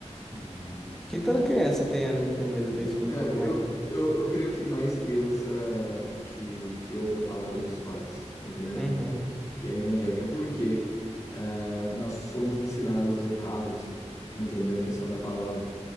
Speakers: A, on the left; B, in the centre.
A: Uhum.
B: que toda
A: É,
B: criança tem, né, tem medo
A: n-
B: do escuro
A: n-
B: quando
A: eu,
B: mais. novo.
A: eu, eu creio que mais criança que, que ouve a palavra dos pais, entendeu?
B: Uhum.
A: que é evangélica, porque ah, nós somos ensinados errados, entendeu? A questão da palavra,